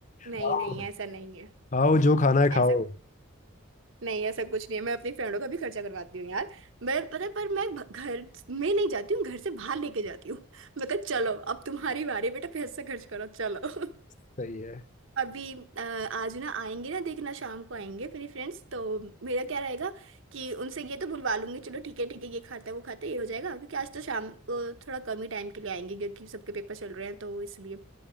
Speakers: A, on the right; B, on the left.
A: नहीं
B: <laughs> आओ
A: नहीं ऐसा नहीं है
B: आओ जो खाना है खाओ
A: ऐसा नहीं ऐसा कुछ नहीं है मैं अपनी फ्रेंडों का भी खर्चा करवाती हूँ यार मैं पता है, पर मैं भ- घर में नहीं जाती हूँ घर से बाहर लेके जाती हूँ मतलब चलो अब तुम्हारी बारी है, बेटा पैसा खर्च करो चलो <laughs>
B: सही है
A: अभी अ, आज ना आएंगे ना देखना शाम को आएंगे मेरी फ्रेंड्स तो मेरा क्या रहेगा कि उनसे ये तो बुलवा लूंगी चलो ठीक है ठीक है ये खाता है वो खाता है ये हो जाएगा क्योंकि आज तो शाम को थोड़ा कम ही टाइम के लिए आएंगे क्योंकि सबके पेपर चल रहे हैं तो इसलिए